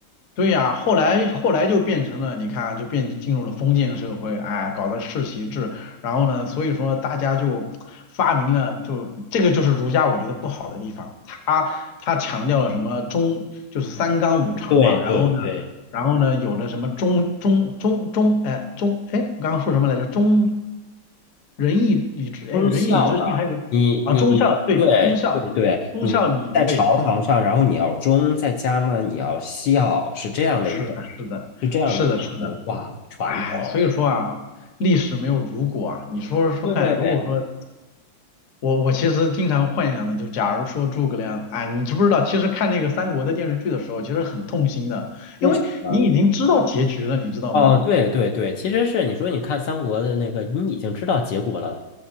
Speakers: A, on the left; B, on the left.
A: 对呀，后来后来就变成了，你看啊就变进入了封建社会，哎，搞的世袭制，然后呢，所以说大家就发明了，就这个就是儒家我觉得不好的地方，他他强调了什么中就是三纲五常嘛，
B: 对对对，
A: 然后呢。然后呢，有了什么中中中中，哎中，哎，我刚刚说什么来着？中仁义礼智，哎，
B: 忠孝的。
A: 仁义礼智信还有个啊，
B: 你你
A: 忠孝，对，
B: 对对对，
A: 忠孝，忠孝礼，
B: 你在朝堂上，
A: 对，
B: 然后你要忠，在家呢你要孝，是这样的一个，
A: 是的，是的，
B: 是这样的一个文化传统。
A: 是的，是的，哎，所以说啊，历史没有如果啊，你说说看，
B: 对，
A: 如果说我我其实经常幻想的，就假如说诸葛亮，哎，你知不知道，其实看那个三国的电视剧的时候，其实很痛心的，
B: 为什么呢？
A: 因为你已经知道结局了，你知道吗？
B: 哦，对对对，其实是你说，你看三国的那个，你已经知道结果了